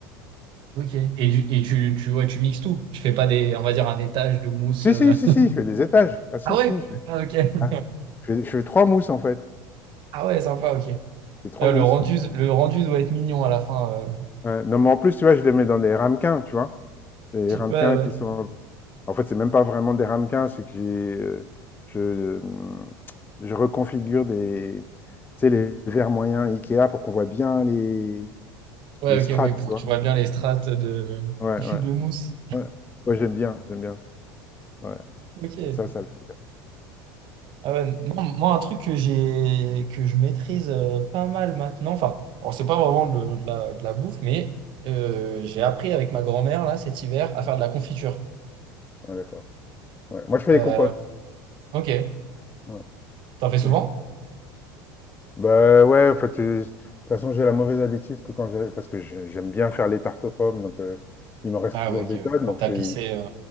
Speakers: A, on the right; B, on the left.
A: Ok. Et, du- et tu, tu, ouais, tu mixes tout. Tu fais pas des, on va dire, un étage de mousse.
B: Si,
A: euh.
B: si, si, si, je fais des étages. Ah si,
A: Ah ouais?
B: si, je fais
A: Ah, ok.
B: ah, je fais je fais 3 mousses en fait,
A: Ah ouais, sympa, ok.
B: je fais 3
A: Ah,
B: mousses.
A: le rendu, le rendu doit être mignon à la fin. euh.
B: Ouais, non mais en plus, tu vois, je les mets dans des ramequins, tu vois? Des ramequins
A: Ouais, ouais.
B: qui sont en fait, c'est même pas vraiment des ramequins, c'est que j'ai, heu, je, mmh, je reconfigure des tu sais, les verres moyens IKEA pour qu'on voit bien les
A: Ouais,
B: les strates,
A: ok, oui, pour
B: tu vois?
A: que tu vois bien les strates de,
B: Ouais,
A: <laughs>
B: ouais.
A: de mousse.
B: Ouais. Ouais, j'aime bien, j'aime bien. Ouais.
A: Ok.
B: Et Ça, ça le fait bien.
A: Ah ouais, non, moi, un truc que j'ai, que je maîtrise euh, pas mal maintenant, enfin, bon, c'est pas vraiment de, de la, de la bouffe, mais euh, j'ai appris avec ma grand-mère, là, cet hiver, à faire de la confiture.
B: Ouais, d'accord. Ouais. Moi, je fais
A: Euh,
B: les compotes.
A: ok.
B: Ouais,
A: T'en fais
B: je
A: souvent?
B: fais les compotes. Bah ouais, en fait, euh, de toute façon, j'ai la mauvaise habitude que quand j'ai... Parce que j'ai- j'aime bien faire les tartes aux pommes, donc euh, il me reste
A: Ah
B: toujours
A: ouais, ok,
B: des
A: ouais.
B: tonnes.
A: Pour
B: Donc
A: tapisser.
B: je fais...
A: euh,